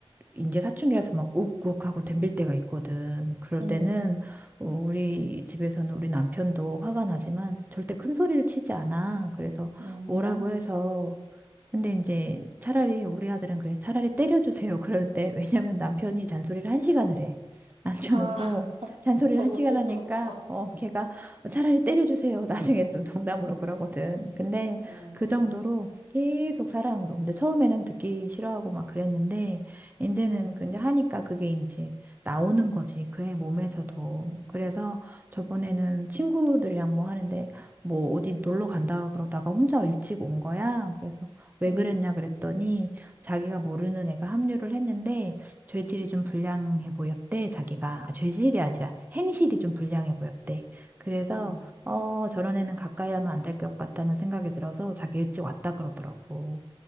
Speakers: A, on the right; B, on the right.
A: 이제 사춘기라서 막 욱욱하고 덤빌 때가 있거든. 그럴
B: 응,
A: 때는 어, 우리 집에서는 우리 남편도 화가 나지만 절대 큰 소리를 치지 않아. 그래서
B: 응,
A: 뭐라고 해서 근데 이제 차라리 우리 아들은 그래. 차라리 때려주세요. <laughs> 그럴 때. 왜냐면 남편이 잔소리를 한 시간을 해. 앉혀놓고
B: 아, <laughs>
A: 잔소리를
B: 더
A: 한
B: 고통스럽다.
A: 시간 하니까 어 걔가 "어, 차라리 때려주세요. <laughs> 나중에 또 농담으로 그러거든. 근데
B: 응,
A: 그 정도로 계속 사랑으로. 근데 처음에는 듣기 싫어하고 막 그랬는데 이제는
B: 응,
A: 그냥 하니까 그게 이제 나오는 거지. 그의 몸에서도.
B: 응,
A: 그래서 저번에는 친구들이랑 뭐 하는데 뭐 어디 놀러 간다 그러다가 혼자 일찍 온 거야. 그래서 왜
B: 응,
A: 그랬냐 그랬더니 자기가 모르는 애가 합류를 했는데 죄질이 좀 불량해 보였대. 자기가 아, 죄질이 아니라 행실이 좀 불량해 보였대. 그래서
B: 응,
A: 어 저런 애는 가까이 하면 안 될 것 같다는 생각이 들어서 자기 일찍 왔다 그러더라고.